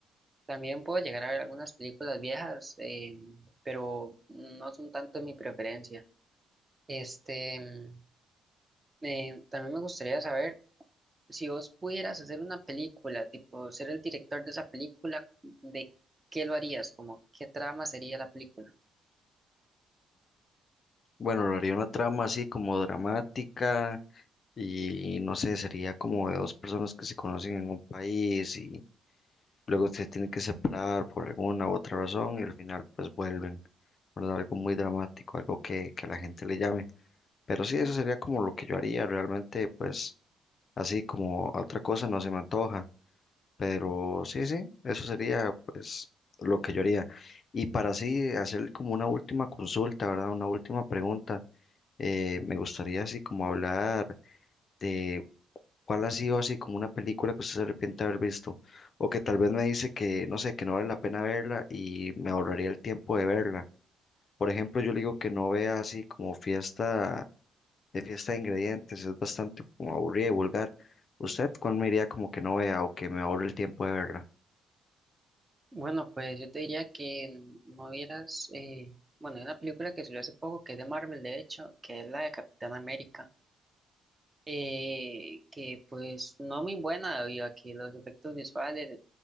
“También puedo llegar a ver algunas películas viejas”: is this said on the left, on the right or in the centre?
Right